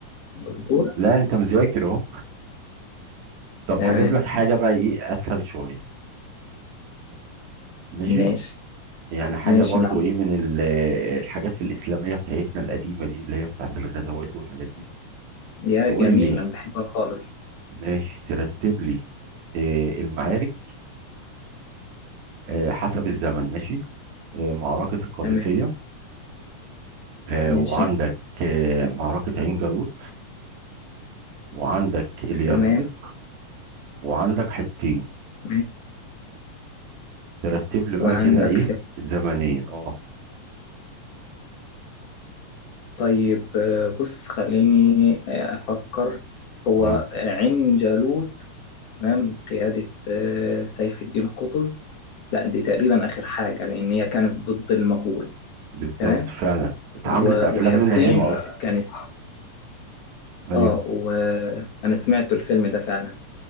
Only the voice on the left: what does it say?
مظبوط
تمام
ماشي
ماشي
مع
يا
جميل
أنا بحبها خالص
تمام
ماشي
تمام
ماشي
وعندك
حتة
طيب آه، بص خليني آه، أفكر هو
عين جالوت تمام قيادة آه، سيف الدين قطز لا دي تقريبا آخر حاجة لأن هي كانت ضد المغول
تمام
و-
وحطين
كانت
اه وأنا سمعت الفيلم ده فعلا